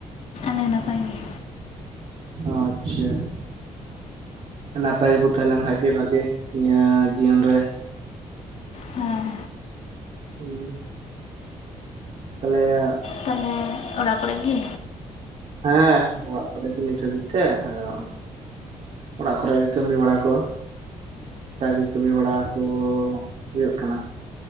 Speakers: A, on the left; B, on the right.
A: ᱮ ᱱᱟᱯᱟᱭ ᱜᱮ᱾
B: ᱟᱪᱪᱷᱟ, ᱱᱟᱯᱟᱭ ᱜᱮᱵᱚ ᱛᱟᱦᱮᱸᱞᱮᱱ ᱠᱷᱟᱡ ᱜᱮ ᱵᱷᱟᱜᱮ ᱱᱤᱭᱟᱹ ᱡᱤᱭᱚᱱ ᱨᱮ᱾
A: ᱦᱮᱸ
B: <inaudible> ᱛᱟᱞᱮᱟᱜ
A: ᱛᱟᱦᱮᱞᱮ ᱚᱲᱟᱜ ᱠᱚᱨᱮᱜ ᱜᱤ?
B: ᱦᱮᱸ ᱚᱲᱟᱜ ᱠᱚᱨᱮ ᱜᱮ ᱱᱤᱛ ᱦᱟᱹᱵᱤᱡ ᱛᱮ ᱟᱫᱚ, ᱚᱲᱟᱜ ᱠᱚᱨᱮ ᱜᱮ ᱠᱟᱹᱢᱤ ᱵᱟᱲᱟ ᱠᱚ᱾ ᱡᱟ ᱜᱮ ᱠᱟᱹᱢᱤ ᱵᱟᱲᱟ ᱠᱚ ᱦᱳᱭᱳᱜ ᱠᱟᱱᱟ᱾